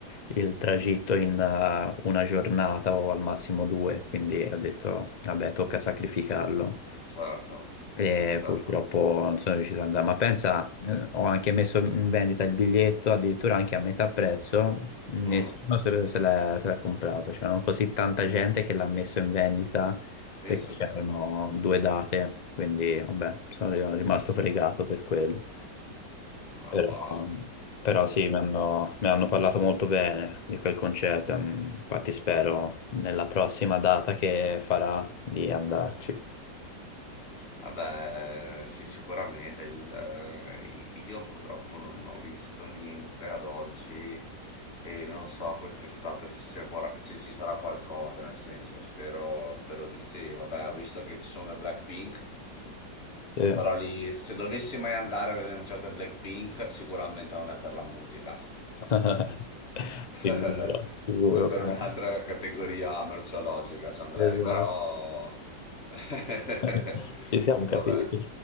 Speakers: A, on the left; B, on the left.
A: il tragitto in eh, una giornata o al massimo due, quindi ho detto, vabbè, tocca sacrificarlo.
B: certo,
A: E
B: certo.
A: purtroppo non sono riuscito ad andare, ma pensa, eh, ho anche messo in vendita il biglietto, addirittura anche a metà prezzo, nessuno
B: Mm,
A: se se l'è se l'ha comprato, c'era così tanta gente che l'ha messo in vendita
B: pensa
A: perché c'erano
B: a te,
A: due date, quindi vabbè, sono rimasto fregato per quello.
B: ma
A: Però,
B: wow.
A: però sì, mi hanno, mi hanno parlato molto bene di quel concerto, mm, infatti spero nella prossima data che farà di andarci.
B: Vabbè, sì, sicuramente. il- eh, io purtroppo non ho visto niente ad oggi e non so quest'estate se c'è quara- se ci sarà qualcosa, nel senso, spero, spero di sì. Vabbè, ho visto che ci sono le Blackpink.
A: Sì.
B: Però lì, se dovessi mai andare a vedere un concerto di Blackpink, sicuramente non è per la musica.
A: <laughs> Sicuro,
B: <laughs>
A: sicuro.
B: È per
A: però.
B: un'altra categoria merceologica ci andrei,
A: Esatto.
B: però... <laughs>
A: <laughs> Ci siamo capiti.
B: Vabbè,